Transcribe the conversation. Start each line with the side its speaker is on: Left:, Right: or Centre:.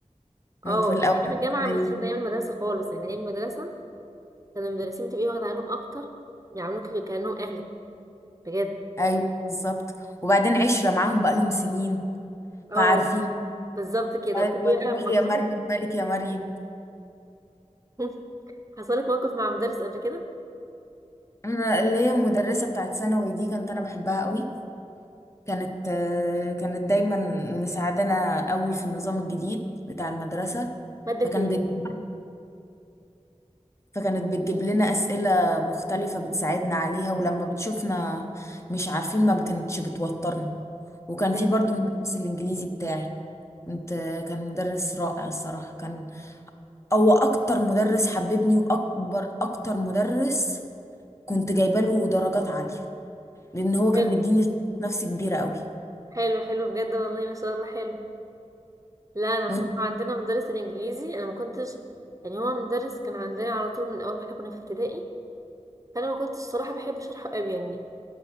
Right: اه
Left: في الاوقات
Right: يعني ايام الجامعه
Left: زي
Right: مش فاكره
Left: دي
Right: ايام المدرسه خالص يعني ايام المدرسه كان المدرسين بتبقي واخده عليهم اكتر يعاملوك كانهم اهلك بجد
Left: ايوه بالظبط وبعدين عشرة معاهم بقالهم سنين
Right: اه
Left: فعارفين
Right: بالظبط كده
Left: ايوه
Right: بتبقي
Left: تروح
Right: بقى مجموعه
Left: يا مريم مالك يا مريم
Right: <laughs> حصلت موقف مع مدرس قبل كده
Left: انا اللي هي المدرسه بتاعت ثانوي دي كانت انا بحبها قوي كانت آه، كانت دايما مساعدانا قوي في النظام الجديد بتاع المدرسه
Right: ماده
Left: فكان
Right: ايه
Left: بتجيب فكانت بتجيب لنا اسئله مختلفه بتساعدنا عليها ولما بتشوفنا مش عارفين ما كانتش بتوترنا وكان
Right: كانت
Left: في برضو مدرس الانجليزي بتاعي كنت كان مدرس رائع الصراحه كان هو اكتر مدرس حببني واكبر اكتر مدرس كنت جايبه له درجات عاليه لان هو كان
Right: حلو
Left: مديني ثقة نفس كبيره قوي
Right: حلو حلو بجد والله ما شاء الله حلو لا انا
Left: وانت
Right: صراحه عندنا مدرس الانجليزي انا ما كنتش يعني هو مدرس كان عندنا على طول من اول ما احنا كنا في ابتدائي فانا ما كنتش صراحه بحب شرحه قوي يعني